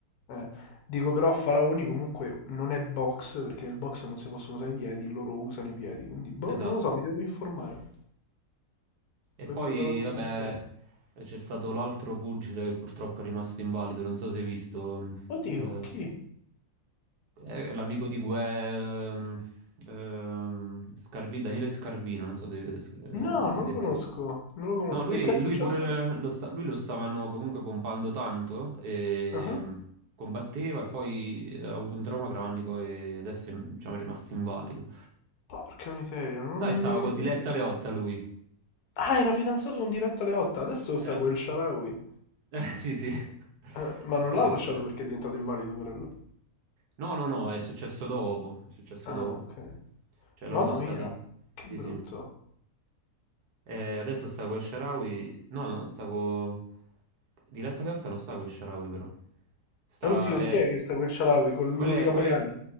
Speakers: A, on the left; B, on the right.
A: Eh, Dico però Faraoni comunque non è box, perché nel box non si possono usare i piedi, loro usano i piedi, quindi boh,
B: esatto.
A: non lo so, mi devo informare.
B: E
A: Mi
B: poi,
A: è venuta la curiosità.
B: vabbè, c'è stato l'altro pugile che purtroppo è rimasto invalido, non so se hai visto, mm,
A: Oddio,
B: eh,
A: chi?
B: Eh, l'amico di Gue, ehm, ehm, Scarvi- Daniele Scarvino, non so se, se,
A: No,
B: se
A: non
B: senti.
A: lo conosco, non lo conosco.
B: No, lui,
A: E che è successo?
B: lui pure lo, sta- lui lo stavano comunque pompando tanto, e
A: Ah,
B: ehm, combatteva e poi ha avuto un trauma cronico e adesso è, diciamo, è rimasto invalido.
A: Porca miseria, non,
B: Sai, stava
A: non
B: con
A: ne avevo
B: Diletta
A: idea.
B: Leotta lui.
A: Ah, era fidanzato con Diretta Leotta, adesso sta
B: Era...
A: con il Sharawi.
B: <laughs> Eh, sì, sì. <laughs>
A: Eh, ma
B: Questa
A: non l'ha
B: questione.
A: lasciato perché è diventato invalido, quello.
B: No, no, no, è successo dopo, è successo
A: Ah,
B: dopo.
A: ok.
B: Cioè loro
A: Mamma
B: sono stati...
A: mia, che
B: Sì,
A: brutto.
B: sì. E adesso sta con Sharawi. No, no, sta con. Diletta Leotta non sta con Sharawi, però. Sta.
A: Eh, Oddio,
B: È...
A: chi è che sta quel Cialawi con Ludovica
B: Quella è, quella
A: Pagani?
B: è-